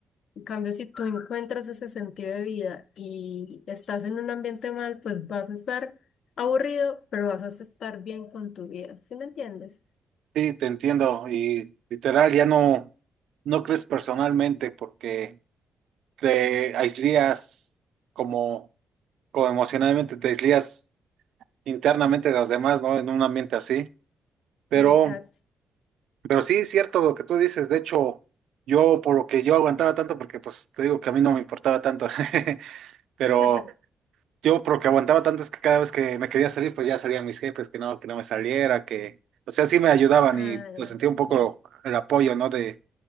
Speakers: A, on the left; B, on the right.
A: En cambio, si tú encuentras ese sentido de vida y estás en un ambiente mal, pues vas a estar aburrido, pero vas a estar bien con tu vida. ¿Sí me entiendes?
B: Sí, te entiendo y literal ya no, no crees personalmente porque te aislías como o emocionalmente te aíslas internamente de los demás, ¿no? En un ambiente así. Pero,
A: Exacto.
B: pero sí es cierto lo que tú dices. De hecho, yo por lo que yo aguantaba tanto, porque pues te digo que a mí no me importaba tanto, <laughs> pero
A: <laughs>
B: yo por lo que aguantaba tanto es que cada vez que me quería salir, pues ya salían mis jefes, que no, que no me saliera, que, o sea, sí me ayudaban
A: Ay,
B: y pues sentía un poco
A: sí.
B: el apoyo, ¿no? De,